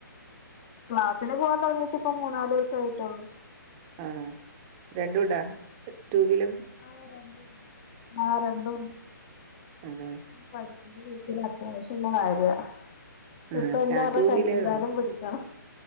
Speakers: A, on the left; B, on the right.
A: ക്ലാസ്സിന് പൂവാൻ തൊടങ്ങിറ്റിപ്പം മൂന്നാലൂസായ്റ്റെള്ളു
B: ആഹ് രണ്ടുണ്ടാ ടുവീലും
A: ആഹ് രണ്ടുണ്ട് ആഹ് രണ്ടുണ്ട്
B: ആണൊ
A: പഠിക്കുന്ന വീട്ടില് അത്യാവശ്യൊള്ള കാര്യാ
B: ആഹ്.
A: ഇപ്പ എല്ലാർടെ
B: ഞാൻ ടു
A: കയ്യും
B: വീലേ
A: കാലും
B: ഉള്ളൂ.
A: പിടിക്കണം